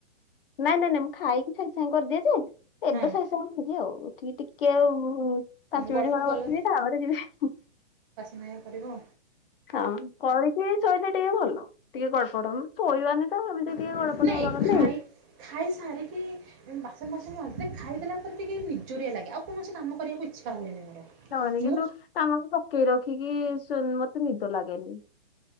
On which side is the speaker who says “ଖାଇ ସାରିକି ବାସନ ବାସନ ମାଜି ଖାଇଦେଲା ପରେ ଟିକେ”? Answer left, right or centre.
Right